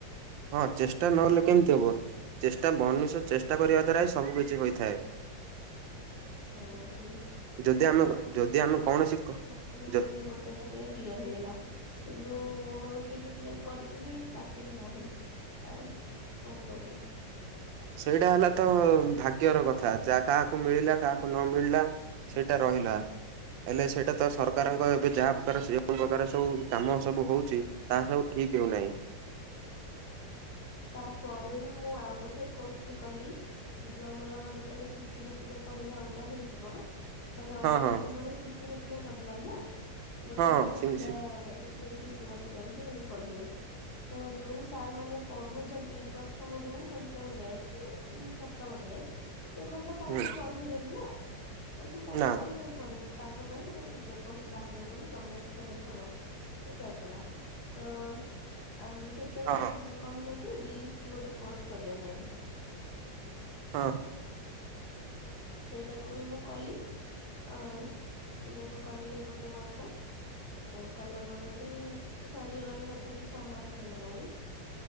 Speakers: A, on the right (about 90°); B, on the left (about 60°).
A: ହଁ ଚେଷ୍ଟା ନହେଲେ କେମିତି ହବ? ଚେଷ୍ଟା ମନୁଷ୍ୟ ଚେଷ୍ଟା କରିବା ଦ୍ୱାରା ହିଁ, ସବୁକିଛି ହୋଇଥାଏ।
B: <inaudible> ହଁ ସେଇ
A: ଯଦି
B: ମାନେ
A: ଆମେ
B: ମୋର
A: ଯଦି ଆମେ
B: ଗଟେ
A: କୌଣସି କ
B: ଯାହା ହଉ।
A: ଯ
B: ମାନେ ଗୋଟେ ଥରରେ କ୍ଲିୟର ହେଇଗଲା। କିନ୍ତୁ ଟି‌ଟି କରିକି ବି, ଚାକିରି ନାହିଁ। ଆଉ କଣ କରିବା।
A: ସେଇଟା ହେଲା ତ ଭାଗ୍ୟର କଥା। ଯା କାହାକୁ ମିଳିଲା କାହାକୁ ନ ମିଳିଲା। ସେଇଟା ରହିଲା। ହେଲେ ସେଇଟା ତ ସରକାରଙ୍କ ଏବେ ଯାହା ପ୍ରକାର ଯେଉ ପ୍ରକାର କାମ ସବୁ ହଉଚି ତାହା ସବୁ ଠିକ ହଉନାହିଁ।
B: ତାପରେ ବି ମୁଁ ଆଉ ଗୋଟେ କୋର୍ସ ବି କଲି। ଏ ଯୋଉ ଆମର ଯେତେବେଳେ ଶିଶୁ ବା ଟିକା କହିଲେ ଅଲଗା ହେଇଯିବ। ମାନେ ଅଙ୍ଗନବାଡି
A: ହଁ ହଁ
B: ପରେ ଶିଶୁ ବାଟିକା କରିଦେଲା ନା। ଗୋଟେ
A: ହଁ
B: ବର୍ଷ
A: ହଁ ସେ
B: ପିଲା
A: ସେ
B: ସେଇ ଶିଶୁ ବାଟିକାରେ ହିଁ ପଢିବେ। ତ ଯୋଉ ସାର୍ ମାନେ ପଢୁଉଚନ୍ତି। ପ୍ରଥମରୁ ପଞ୍ଚମ ଯାଏ କି ସପ୍ତମ ଯାଏ ସେମାନେ ତ ତାଙ୍କୁ
A: ହୁଁ
B: ପଢେଇବେନି ନା। ଆଉ ସିଏ ତାଙ୍କୁ
A: ନା
B: କଣ ପାଇଁ ପଢେଇବେ? ତାଙ୍କ ପାଇଁ ଗୋଟେ ଟିଚର ପୋଷ୍ଟ ବାହାରିବ ବୋଲି ଗମେଣ୍ଟ ମାନେ କଣ ଡିକଲାର କଲା। ତ ଆ ସେତେବେଳେ
A: ହଁ ହଁ
B: କହିଲା କି, ଡି ଇ ସି ଗୋଟେ କୋର୍ସ କରିବା ପାଇଁ।
A: ହଁ
B: ସେଇଟାକୁ ବି ମୁଁ କଲି। ଅ ସେଇଟାକୁ କଲି ଗୋଟେ ବର୍ଷ। କଲା ପରେ ବି, ସରିଗଲାଣି ତଥାପି ଛଅ ମାସ ହେଇଗଲାଣି।